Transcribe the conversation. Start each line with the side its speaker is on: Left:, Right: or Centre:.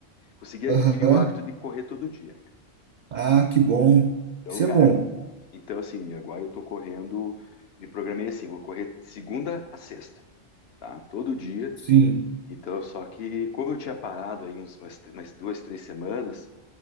Left: consegui
Right: Aham.
Left: adquirir o hábito de correr todo dia.
Right: Ah, que bom.
Left: Então,
Right: Isso
Left: cara,
Right: é bom.
Left: então assim, agora eu tô correndo, me programei assim, vou correr segunda a sexta, tá? Todo dia.
Right: Sim,
Left: Então, só que como eu tinha parado aí uns, umas, umas duas, três semanas,